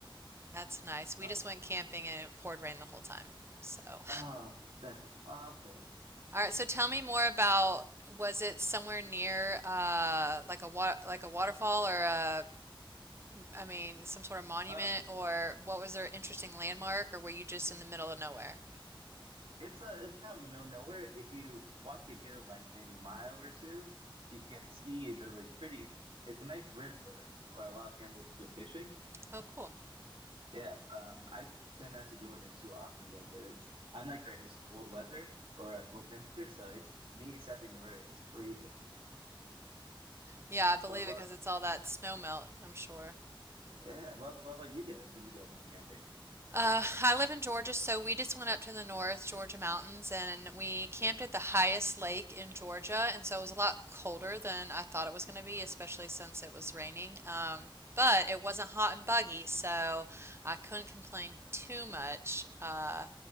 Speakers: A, on the right; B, on the right.
A: That's nice. We
B: Uh,
A: just went camping and it poured rain the whole time. So, <laughs> all
B: oh, that's awful.
A: right. So tell me more about was it somewhere near uh like a wa like a waterfall or a I mean some sort of monument
B: Oh,
A: or what was their interesting landmark or were you just in the middle of nowhere?
B: It's uh it's kind of the middle of nowhere. If you walk a good like maybe mile or two, you can see there's like pretty it's a nice river where a lot of families go fishing.
A: Oh, cool.
B: Yeah, um I tend not to go in it too often though, because it's I'm not great with cold weather or uh, cold temperatures, so it's me stepping in the river, it's freezing.
A: Yeah, I believe
B: But what
A: it because it's all that snow melt, I'm sure.
B: yeah, what what about you guys when you guys went camping?
A: Uh, I live in Georgia, so we just went up to the North Georgia mountains and we camped at the highest lake in Georgia. And so it was a lot colder than I thought it was going to be, especially since it was raining. Um, but it wasn't hot and buggy, so I couldn't complain too much. Uh,